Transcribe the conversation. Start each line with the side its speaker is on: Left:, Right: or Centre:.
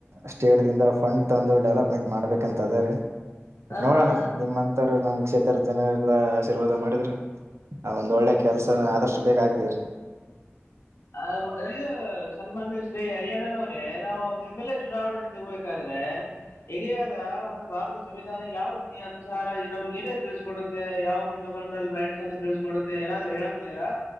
Right: ಸ್ಟೇಟ್ ದಿಂದ ಫಂಡ್ ತಂದು ಡೆವಲಪ್ಮೆಂಟ್ ಮಾಡ್ಬೇಕಂತ ಅದ್ರ್ ರಿ. ಬಟ್
Left: ಹಾ
Right: ನೋಡೋಣ
Left: ಹಾ
Right: ನಿಮ್ಮ್ಂತರು ನಮ್ ಕ್ಷೇತ್ರದ ಜನ ಎಲ್ಲ ಆಶೀರ್ವಾದ ಮಾಡಿದ್ರೆ ಅದ್ ಒಂದಳ್ಳೆ ಕೆಲ್ಸ ಆದಷ್ಟು ಬೇಕಾಗಗ್ತಿದ್ರಿ.
Left: ಆ ಇದು ಸನ್ಮಾನ್ಯ ಶ್ರೀ ಅಯಣ್ಣನವ್ರೆ ನಾವು ಒಂದು ಎ್ ಎಲ್ ಎ ಚುನಾವಣೆ ನಿಂತಗಬೇಕಾದ್ರೆ ಇಂಡಿಯಾದ ಒಂದು ಭಾರತ ಸಂವಿಧಾನ ಯಾವ ವಿಧಿಯ ಅನುಸಾರ ನಮ್ಗೆ ಏನೇ ತಿಳ್ಸಕೊಡುತ್ತೆ ಯಾವ ಬಂಡಮಂಡಲ್ ರೈಟ್ಸ್ ಅನ್ನ ತಿಳ್ಸಕೊಡುತ್ತೆ ಏನಾದ್ರೂ ಹೇಳಬಲ್ಲಿರಾ.